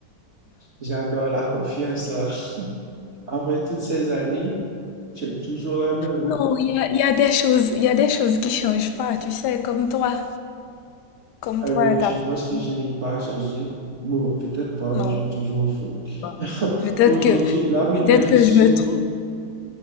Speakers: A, on the right; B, on the left.
A: j'adore la confiance là. Après toutes ces années, tu es toujours la même.
B: Non, il y a, il y a des choses, il y a des choses qui changent pas, tu sais, comme toi. Comme
A: Alors,
B: toi, elle
A: tu
B: t'a pas
A: penses que
B: changé.
A: je n'ai pas changé? Bon, peut-être pas,
B: Non.
A: je joue toujours au foot.
B: Bon.
A: <laughs>
B: Peut-être
A: Aujourd'hui,
B: que,
A: là maintenant,
B: peut-être
A: je
B: que
A: saute.
B: je me trompe.